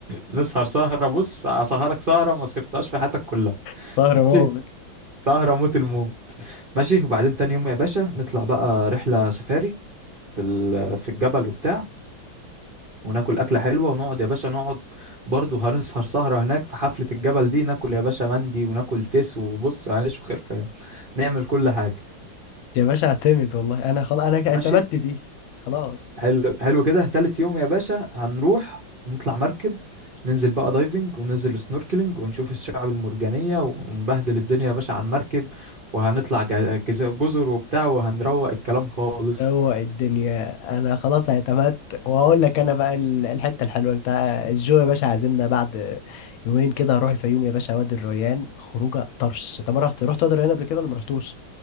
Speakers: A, on the right; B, on the left.
A: <laughs> نسهر سهرة بص أسهرك سهرة ما سهرتهاش في حياتك كلها
B: سهرة
A: ماشي
B: موت
A: سهرة موت الموت ماشي وبعدين تاني يوم يا باشا نطلع بقى رحلة سفاري في ال... في الجبل وبتاع وناكل أكلة حلوة ونقعد يا باشا نقعد برضه هنسهر سهرة هناك في حفلة الجبل دي ناكل يا باشا مندي وناكل تيس وبص هنشوي خرفان نعمل كل حاجة
B: يا باشا اعتمد والله أنا خلاص أنا اعتمدت
A: ماشي
B: دي خلاص
A: حلو حلو كده تالت يوم يا باشا هنروح نطلع مركب ننزل بقى دايفنج وننزل سنوركلينج ونشوف الشعاب المرجانية ونبهدل الدنيا يا باشا على المركب وهنطلع جز- جز- جزر وبتاع وهنروق الكلام خالص
B: روق الدنيا انا خلاص اعتمدت وهقول لك انا بقى ال- الحته الحلوه انت الجو يا باشا عازمنا بعد يومين كده هروح الفيوم يا باشا وادي الريان خروجه طرش انت ما رحت رحت وادي الريان قبل كده ولا ما رحتوش